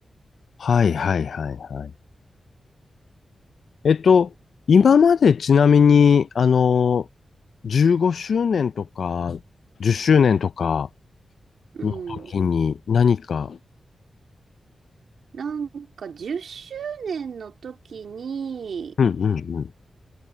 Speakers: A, on the left; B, on the right.
A: はいはいはいはい。えっと、今までちなみに、あの、15周年とか、10周年とか
B: うん。
A: の時に何か、
B: なんか10周年の時に、
A: うんうん